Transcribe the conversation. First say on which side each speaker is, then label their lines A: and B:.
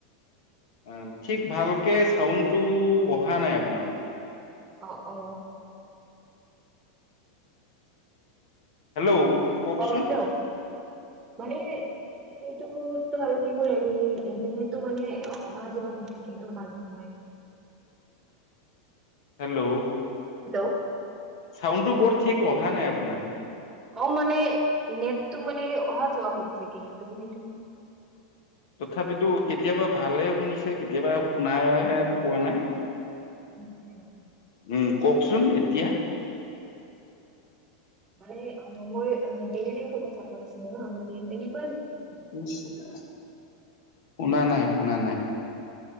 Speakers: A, on the left; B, on the right.
A: উম ঠিক ভালকে চাউণ্ডটো অহা নাই আপোনাৰ
B: অ অ
A: হেল্ল' কওকচোন
B: অ হেল্ল' মানে সেইটোত ত আৰু কি কৰিম আমি ইণ্টাৰনেটটো মানে অহা যোৱা হৈ থাকে ন মাজে সময়ে।
A: হেল্ল'।
B: হেল্ল'।
A: চাউণ্ডটো বৰ ঠিক অহা নাই আপোনাৰ?
B: অ মানে নেটটো মানে অহা যোৱা হৈ থাকে সেটো <unintelligible>
A: তথাপিতো কেতিয়াবা ভালে শুনিছে কেতিয়াবা শুনাই পোৱা নাই।
B: হয় হ
A: উম, কওকচোন এতিয়া?
B: মানে আ মমই আহ ডেইলি লাইফৰ কথা কৈ আছিলে ন <unintelligible> তেনেক
A: <unintelligible> শুনা নাই। শুনা নাই।